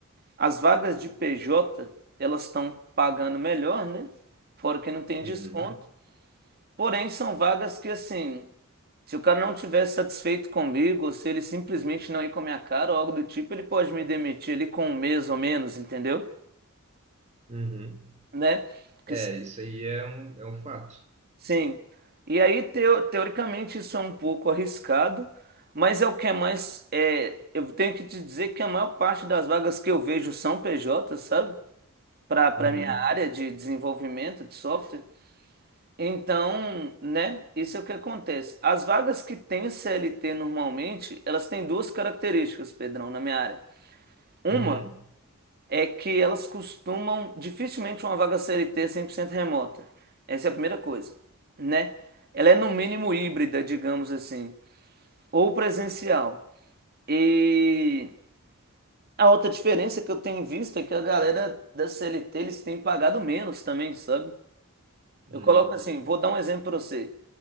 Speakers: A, on the right (about 45°); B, on the right (about 30°).
A: as vagas de PJ, elas estão pagando melhor, né? Fora que não tem
B: Uhum.
A: desconto. Porém, são vagas que, assim, se o cara não estiver satisfeito comigo, ou se ele simplesmente não ir com a minha cara ou algo do tipo, ele pode me demitir ali com um mês ou menos, entendeu?
B: Uhum.
A: Né? Porque
B: É,
A: se-
B: isso aí é um, é um fato.
A: Sim. E aí, teo- teoricamente, isso é um pouco arriscado, mas é o que é mais. é, eu tenho que te dizer que a maior parte das vagas que eu vejo são PJ, sabe? para para
B: Uhum,
A: minha área de desenvolvimento de software. Então, né, isso é o que acontece. As vagas que têm CLT normalmente, elas têm duas características, Pedrão, na minha área. Uma
B: uhum,
A: é que elas costumam, dificilmente uma vaga CLT é 100% remota. Essa é a primeira coisa, né? Ela é no mínimo híbrida, digamos assim, ou presencial. E a outra diferença que eu tenho visto é que a galera da CLT, eles têm pagado menos também, sabe?
B: hum,
A: Eu coloco assim, vou dar um exemplo para você.